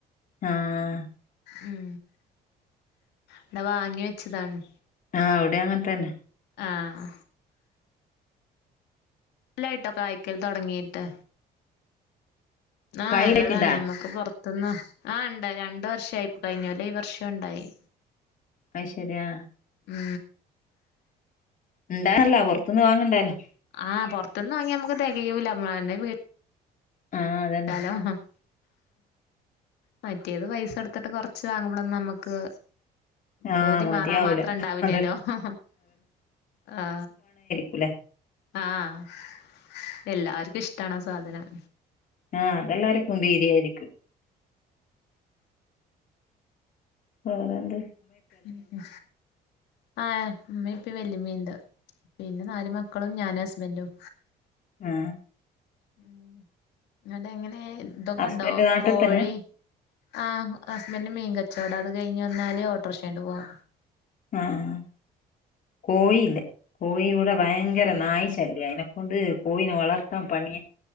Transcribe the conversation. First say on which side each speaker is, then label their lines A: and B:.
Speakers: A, on the left; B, on the left.
A: ആഹ്
B: ഉം ഇടെ വാങ്ങി വെച്ചതാണ്.
A: ആഹ് അവിടെയങ്ങൻ തന്നെ.
B: ആഹ്. ല്ലായിട്ടോ കായ്ക്കൽ തൊടങ്ങീട്ട് ആഹ്
A: കായിടക്ക്ണ്ടാ
B: നല്ലതാണ് നമ്മക്ക് പുറത്തുനിന്ന് ആണ്ടായി രണ്ടർഷയി കഴിഞ്ഞ കൊല്ലോം ഈ വർഷം ഉണ്ടായി
A: അയിരി ആഹ്.
B: മ്.
A: ഇണ്ടോയർല ഓർക്ക് <unintelligible>
B: ആഹ് പൊർത്ത്ന്ന വാങ്ങിയാമ്മക്ക് തികയൂല്ല നമ്മ വീ
A: ആഹ് അതന്നെ
B: ഹലോ മേം മറ്റേത് പൈസ എടുത്തിട്ട് കൊറച്ച് വാങ്ങ്ബാലെന്നും നമുക്ക്
A: ആഹ്
B: പൂതി
A: മതിയാവൂല
B: മാറാ മാത്രം ഉണ്ടാവില്ലല്ലോ
A: അതന്നെ
B: ഹഹ ഹാ
A: കുല്ലെ
B: ആഹ എല്ലാവർക്കും ഇഷ്ടാണ് അ സാധനം
A: ആഹ് അതെല്ലാരും കൊണ്ട്‌ ഇടെഎരിക് വേറെന്ദ്
B: ഉം ആ ഇമ്മീം, ഇപ്പിം, വെല്ലിമ്മീണ്ട് പിന്നെ നാല് മക്കളും ഞാനു ഹസ്ബന്ഡും
A: ആ
B: ഉം ങ്ങട്ടെ എങ്ങനെ ഇതൊക്കെണ്ടോ
A: ഹസ്ബൻഡ് നാട്ടി
B: കോഴി
A: തന്നെ
B: ആ് ഹസ്ബൻന്ഡറ് മീൻകച്ചവടം അത് കഴിഞ്ഞഞ്ന്നാല് ഓട്ടർ ഷേന്റ്പോവും
A: ആഹ് കോഴി ല്ലേ കോയ്യി ഇവടെ ഭയങ്കര നായിശല്യ അയിന കൊണ്ട് കോഴിനെ വളർത്താ പണിയ